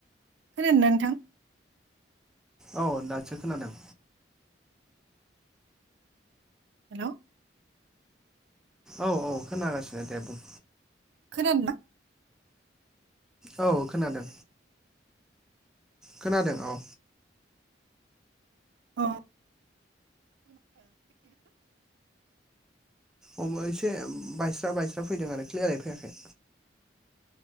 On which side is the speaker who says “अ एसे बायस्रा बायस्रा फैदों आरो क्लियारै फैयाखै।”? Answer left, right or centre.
Centre